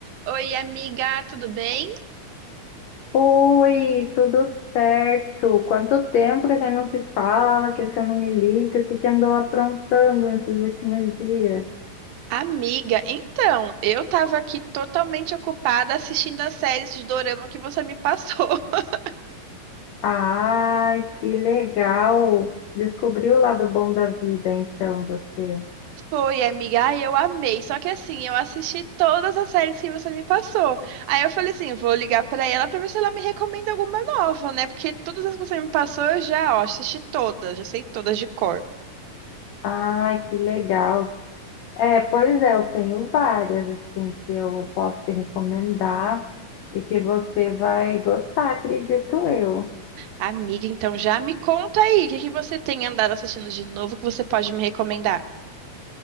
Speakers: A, on the right; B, on the left.
A: Oi, amiga, tudo bem?
B: Oi, tudo certo? Quanto tempo que você não se fala, que você não me liga, o que você andou aprontando nesses últimos dias?
A: Amiga, então, eu tava aqui totalmente ocupada assistindo a série de dorama que você me passou. <laughs>
B: Ai, que legal! Descobriu o lado bom da vida, então, você.
A: Foi, amiga, ai, eu amei. Só que assim, eu assisti todas as séries que você me passou. Aí eu falei assim, vou ligar pra ela pra ver se ela me recomenda alguma nova, né? Porque todas as que você me passou, eu já, ó, assisti todas, já sei todas de cor.
B: Ai, que legal! É, pois é, eu tenho várias, assim, que eu posso te recomendar e que você vai gostar, acredito eu.
A: Amiga, então já me conta aí, o que que você tem andado assistindo de novo que você pode me recomendar?